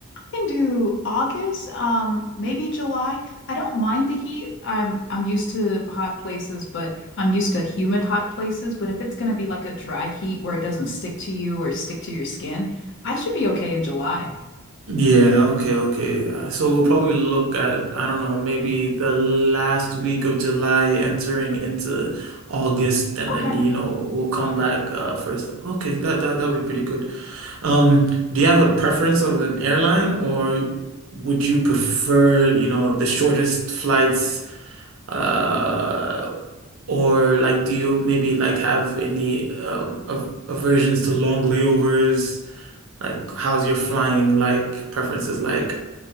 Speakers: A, on the left; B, on the right.
A: can do August, um, maybe July. I don't mind the heat. I'm I'm used to hot places, but I'm used to humid hot places. But if it's gonna be like a dry heat where it doesn't stick to you or stick to your skin, I should be okay in July.
B: Yeah, okay, okay. Uh, So we'll probably look at, I don't know, maybe the last week of July entering into August, and
A: Okay.
B: then, you know, we'll come back uh first. Okay, that that that'll be pretty good. Um, do you have a preference of an airline or would you prefer, you know, the shortest flights uh or like do you maybe like have any um av aversions to long layovers? Like, how's your flying like preferences like?